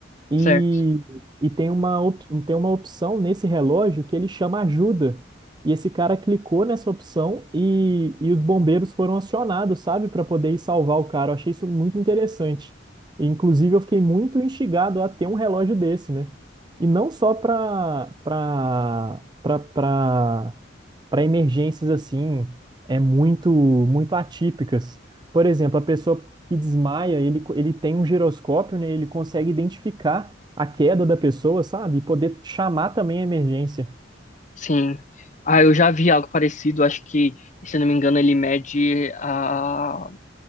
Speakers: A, on the right; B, on the left.
A: E,
B: certo.
A: e tem uma, op- tem uma opção nesse relógio que ele chama ajuda. E esse cara clicou nessa opção e, e os bombeiros foram acionados, sabe, para poder ir salvar o cara. Eu achei isso muito interessante. E, inclusive, eu fiquei muito instigado a ter um relógio desse, né? E não só para para para para emergências assim, é muito muito atípicas. Por exemplo, a pessoa que desmaia, ele, co- ele tem um giroscópio, né? Ele consegue identificar a queda da pessoa, sabe? E poder chamar também a emergência.
B: Sim. Ah, eu já vi algo parecido. Acho que, se eu não me engano, ele mede a,